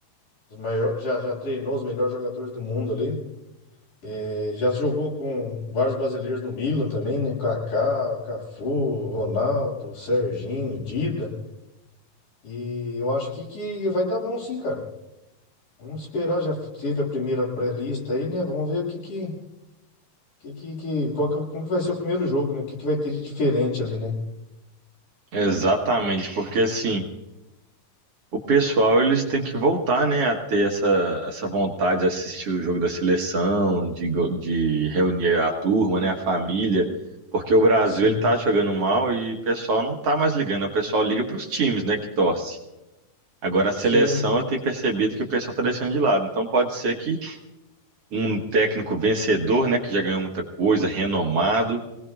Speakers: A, on the left; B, on the right.
A: os maiores, já, já treinou os melhores jogadores do mundo ali. eh, já jogou com vários brasileiros no Milan também, né? Kaká, Cafu, Ronaldo, Serginho, Dida. E eu acho que, que vai dar bom sim, cara. Vamos esperar, já teve a primeira pré-lista aí, né? Vamos ver o que que, que, que, que- qual que- como que vai ser o primeiro jogo, né? O que que vai ter de diferente ali, né?
B: Exatamente, porque assim, o pessoal eles têm que voltar, né, a ter essa, essa vontade de assistir o jogo da seleção, de, go- de reunir a turma, né, a família, porque o Brasil
A: Sim,
B: ele tá jogando mal e o pessoal não tá mais ligando, né, o pessoal liga para os times, né, que torce. Agora a seleção
A: sim.
B: eu tenho percebido que o pessoal tá deixando de lado, então pode ser que um técnico vencedor, né, que já ganhou muita coisa, renomado